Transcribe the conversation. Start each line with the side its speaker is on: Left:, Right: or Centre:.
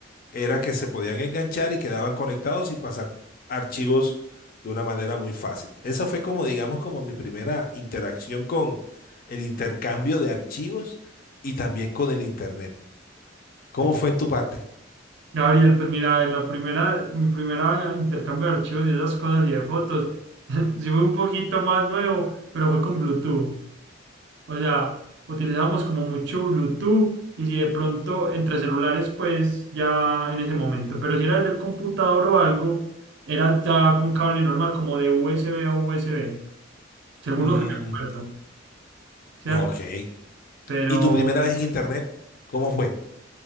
Left: era que se podían enganchar y quedaban conectados y pasar archivos de una manera muy fácil. Esa fue como, digamos, como mi primera interacción con el intercambio de archivos y también con el Internet. ¿Cómo fue en tu parte?
Right: Gabriel, pues mira, la primera, mi primera intercambio de archivos y esas cosas y de fotos, <laughs> sí fue un poquito más nuevo, pero fue con Bluetooth. O sea, utilizamos como mucho Bluetooth y si de pronto entre celulares, pues ya en ese momento. Pero si era desde el computador o algo, era ya con cable normal, como de USB a USB, según
Left: Mm,
Right: lo que me acuerdo, ¿cierto?
Left: ok.
Right: Pero
Left: ¿Y tu primera vez en Internet? ¿Cómo fue?